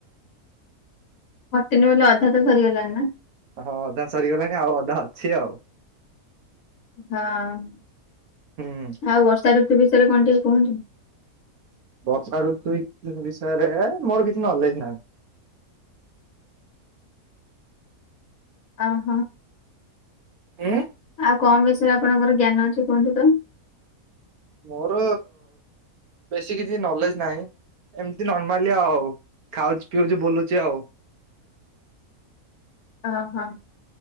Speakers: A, on the left; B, on the right.
A: କଟିନି ବୋଲି ଅଧା ତ ସରିଗଲାଣି ନା।
B: ହଁ ଅଧା ସରିଗଲାଣି ଆଉ ଅଧା ଅଛି ଆଉ।
A: ହଁ।
B: ହୁଁ।
A: ଆଉ ବର୍ଷା ଋତୁ ବିଷୟରେ କଣ ଟିକେ କୁହନ୍ତୁ?
B: ବର୍ଷାର ଋତୁ ସେରେ ହେ ମୋର କିଛି ନଲେଜ ନାହିଁ।
A: ଅ ହୋ।
B: ଉଁ।
A: ଆଉ କଣ ବିଷୟରେ ଆପଣଙ୍କର ଜ୍ଞାନ ଅଛି କୁହନ୍ତୁ ତ?
B: ମୋର ବେଶୀ କିଛି ନଲେଜ ନାହିଁ। ଏମିତି ନର୍ମାଲି ଆଉ ଖାଉଛି ପିଉଛି ବୁଲୁଛି ଆଉ।
A: ହ ହଁ।